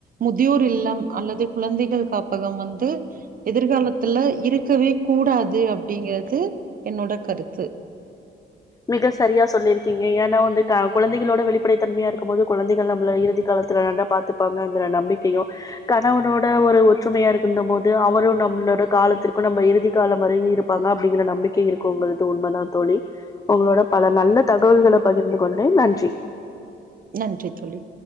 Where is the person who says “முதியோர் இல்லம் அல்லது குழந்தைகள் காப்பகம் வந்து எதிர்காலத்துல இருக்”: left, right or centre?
Right